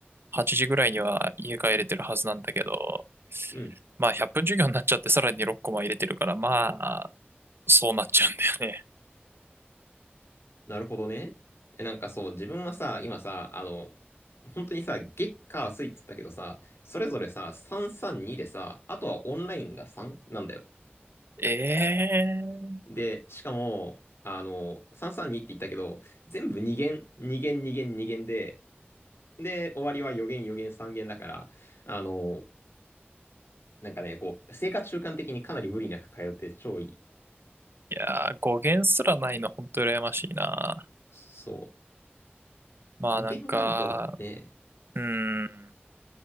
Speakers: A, on the right (about 65°); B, on the left (about 80°).
A: 8時ぐらいには家帰れてるはずなんだけど、
B: うん。
A: まあ、100分授業になっちゃって、さらに6コマ入れてるから、まあ、そうなっちゃうんだよね。
B: なるほどね。え、なんかそう、自分はさ、今さ、あの、本当にさ、月火水っつったけどさ、それぞれさ、332でさ、あとはオンラインが3なんだよ。
A: ええ
B: で、しかも、あの、332って言ったけど、全部2限、2限、2限、2限で、で、終わりは4限、4限、3限だから、あの、なんかね、こう、生活習慣的にかなり無理なく通って超いい。
A: いやー、語源すらないの、ほんと羨ましいな。
B: そう。
A: まあなんか、
B: 5限があると、ね、
A: うん、